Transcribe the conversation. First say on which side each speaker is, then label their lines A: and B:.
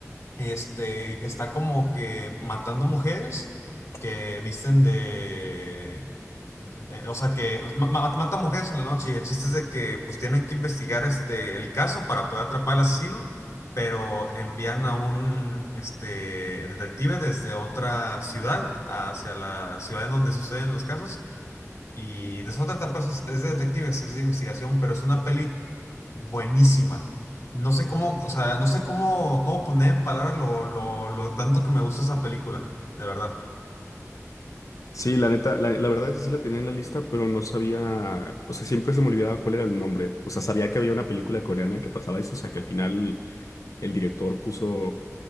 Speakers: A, on the left (about 65°); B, on the left (about 80°).
A: este, está como que matando mujeres que visten de, de- de- o sea, que ma- ma- mata mujeres en la noche y el chiste es de que pues tienen que investigar este, el caso para poder atrapar al asesino, pero envían a un este, detective desde otra ciudad hacia la ciudad en donde suceden los casos y de eso trata, pues es, es de detectives, es de investigación, pero es una peli buenísima. No sé cómo, o sea, no sé cómo, cómo poner en palabras lo, lo, lo tanto que me gusta esa película, de verdad.
B: Sí, la neta, la, la verdad es que sí la tenía en la lista, pero no sabía, o sea, siempre se me olvidaba cuál era el nombre. O sea, sabía que había una película coreana que pasaba eso, o sea, que al final el director puso,